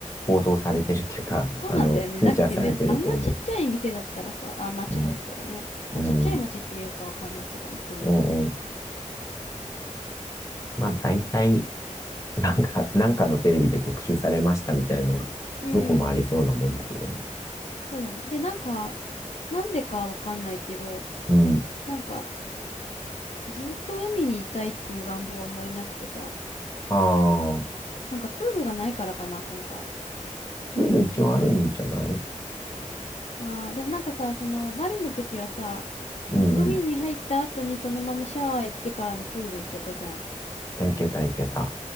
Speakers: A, on the left; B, on the left.
A: 報道されてるっていうか、
B: そうなんだよね。
A: あの、フューチャーされてると思う。
B: だってめ、あんなちっちゃい店だったらさ、あ、町だったらね、
A: うん。うん。
B: まあ、ちっちゃい町っていうかわかんないけど、行ってみないと。
A: うんうん。まあ、大体、なんか、なんかのテレビで特集されましたみたいなのは、
B: うん。
A: どこもありそうなもんだけどね。
B: そうだね。で、なんか、なんでかわかんないけど、
A: うん
B: なんか、ずっと海にいたいっていう願望はあんまりなくてさ、
A: ああ、
B: なんかプールがないからかな、今回。
A: プール一応あるんじゃない
B: ああ、でもなんかさ、その、バリの時はさ、
A: うんう
B: なんか海に入った後にそのままシャワー行ってからのプール行けたじゃん。
A: ん。いけたいけた。